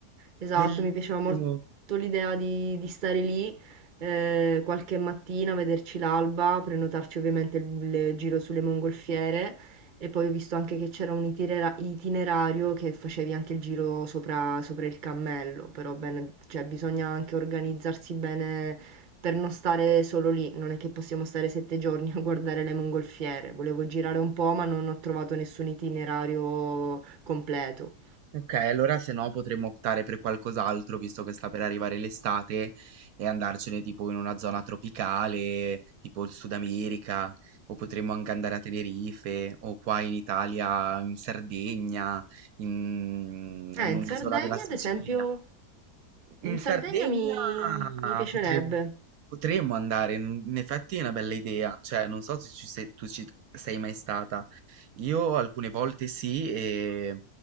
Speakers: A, on the right; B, on the right.
A: Esatto,
B: bellissimo.
A: mi piaceva molto l'idea di di stare lì, ehm, qualche mattina, vederci l'alba, prenotarci ovviamente il il giro sulle mongolfiere e poi ho visto anche che c'era un itinera itinerario che facevi anche il giro sopra sopra il cammello, però bene cioè bisogna anche organizzarsi bene per non stare solo lì, non è che possiamo stare 7 giorni <laughs> a guardare le mongolfiere. Volevo girare un po', ma non ho trovato nessun itinerario completo.
B: Ok, allora se no potremmo optare per qualcos'altro, visto che sta per arrivare l'estate, e andarcene tipo in una zona tropicale, tipo il Sud America, o potremmo anche andare a Tenerife, o qua in Italia, in Sardegna, in,
A: Eh,
B: in
A: in
B: un'isola
A: Sardegna,
B: della Sicilia.
A: ad esempio,
B: In
A: in
B: Sardegna
A: Sardegna mi, mi piacerebbe.
B: potremmo, potremmo andare, in in effetti è una bella idea, cioè non so se ci sei- tu ci sei mai stata. Io alcune volte sì, e